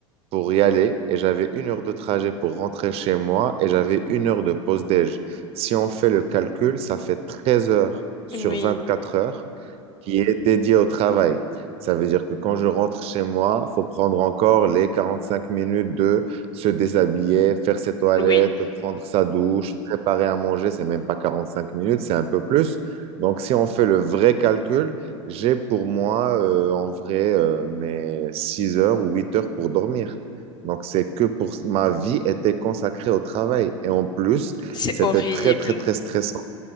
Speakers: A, on the right; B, on the left.
A: pour y aller et j'avais une heure de trajet pour rentrer chez moi et j'avais une heure de pause déj. Si on fait le calcul, ça fait treize heures sur
B: Oui,
A: vingt-quatre heures qui est dédié au travail. Ça veut dire que quand je rentre chez moi, il faut prendre encore les 45 minutes de se déshabiller, faire ses toilettes,
B: oui,
A: prendre sa douche, préparer à manger. C'est même pas 45 minutes, c'est un peu plus. Donc, si on fait le vrai calcul, j'ai pour moi, euh, en vrai, euh, mes 6 heures ou 8 heures pour dormir. Donc, c'est que pour ma vie était consacrée au travail. Et en plus,
B: c'est
A: c'était
B: horrible.
A: très, très, très stressant